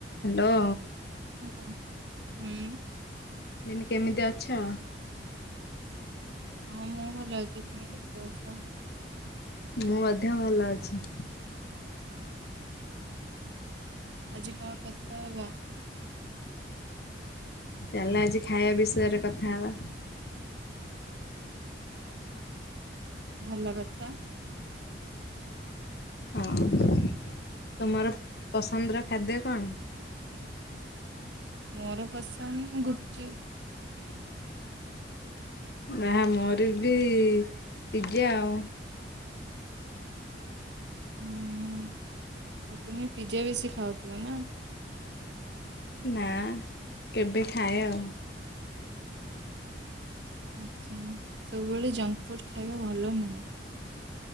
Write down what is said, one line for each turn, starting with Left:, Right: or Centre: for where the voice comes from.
Left: Hello.
Right: Hello ଉଁ।
Left: ବିନି କେମିତି ଅଛ?
Right: ହଁ ମୁଁ ଭଲ ଅଛି ତୁମେ କେମିତି ଅଛ?
Left: ମୁଁ ମଧ୍ୟ ଭଲ ଅଛି।
Right: ଆଜି କଣ କଥା ହବା।
Left: ଚାଲ ଆଜି ଖାଇବା ବିଷୟରେ କଥା ହବା।
Right: ଭଲ କଥା।
Left: ହଉ ତୁମର ପସନ୍ଦର ଖାଦ୍ୟ କଣ?
Right: ମୋର ପସନ୍ଦ ଗୁପ୍ ଚୁପ୍।
Left: ନା ମୋର ବି ପିଜ୍ଜା ଆଉ।
Right: ଉଁ ହୁଁ ଆଉ ତୁମେ ପିଜ୍ଜା ବେଶି ଖାଉଥିବ ନା।
Left: ନା କେବେ ଖାଏ ଆଉ
Right: ଆଚ୍ଛା ସବୁବେଳେ ଜଙ୍କ ଫୁଡ ଖାଇବା ଭଲ ନୁହେଁ।